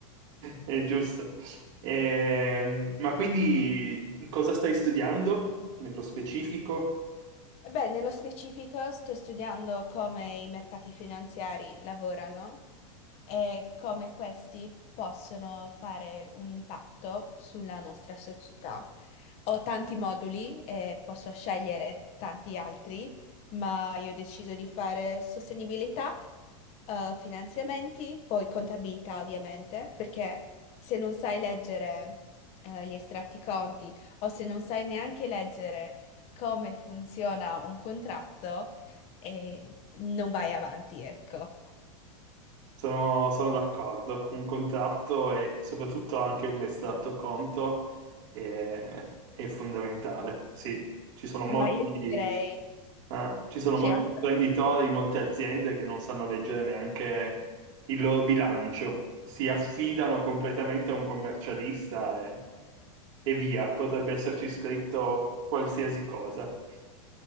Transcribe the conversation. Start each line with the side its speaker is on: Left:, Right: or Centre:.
Right: È giusto. Ehm, ma quindi cosa stai studiando nello specifico?
Left: Beh, nello specifico sto studiando come i mercati finanziari lavorano e come questi possono fare un impatto sulla nostra società. Ho tanti moduli e posso scegliere tanti altri, ma io ho deciso di fare sostenibilità eh, finanziamenti, poi contabilità ovviamente, perché se non sai leggere eh, gli estratti conti o se non sai neanche leggere come funziona un contratto, eh, non vai avanti, ecco.
Right: Sono, sono d'accordo, un contratto e soprattutto anche un estratto conto è, è fondamentale. Sì, ci sono molti,
Left: Ma io direi
Right: eh, ci sono
Left: c'è
Right: molti
Left: anche
Right: imprenditori, molte aziende che non sanno leggere neanche il loro bilancio, si affidano completamente a un commercialista e, e via, potrebbe esserci scritto qualsiasi cosa.